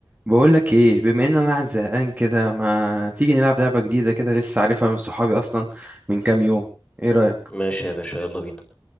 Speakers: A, on the right; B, on the left.
A: بقولك ايه بما ان انا قاعد زهقان كده ما تيجي نلعب لعبة جديدة كده لسه عارفها من صحابي اصلا من كام يوم ايه رأيك
B: ماشي يا باشا يلا بينا